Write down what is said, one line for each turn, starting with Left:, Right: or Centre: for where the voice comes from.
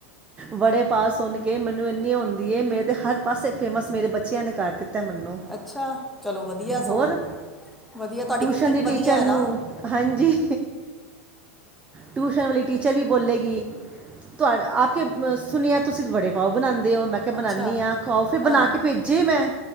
Right: ਬੜੇ ਪਾ ਸੁਣ ਕੇ ਮੈਨੂੰ ਇੰਨੀ ਹੁੰਦੀ ਐ, ਮੇਰੇ ਹਰ ਪਾਸੇ ਫੇਮਸ ਮੇਰੇ ਬੱਚਿਆਂ ਨੇ ਕਰ ਦਿੱਤੇ। ਤਾਂ ਮੈਨੂੰ।
Centre: ਅੱਛਾ, ਚਲੋ ਵਧੀਆ
Right: ਹੋਰ
Centre: ਸਗੋਂ। ਵਧੀਆ ਤੁਹਾਡੀ
Right: ਟਿਊਸ਼ਨ
Centre: ਕੁਕਿੰਗ
Right: ਦੀ ਟੀਚਰ
Centre: ਵਧੀਆ ਹੈ
Right: ਨੂੰ
Centre: ਨਾ
Right: ਹਾਂਜੀ। ਟੂਸ਼ਨ ਵਾਲੀ ਟੀਚਰ ਵੀ। ਬੋਲੇਗੀ ਤੁਹਾਡ ਆ ਕੇ ਸੁਣਿਐ ਤੁਸੀਂ ਵੜੇ ਪਾਓ ਬਣਾਦੇ ਔ, ਮੈਂ। ਕੇ ਬਣਾਨੀ
Centre: ਅੱਛਾ
Right: ਆਂ, ਖਵਾਔ ਫਿਰ
Centre: ਹਾਂ
Right: ਬਣਾ ਕੇ ਭੇਜੇ ਮੈਂ।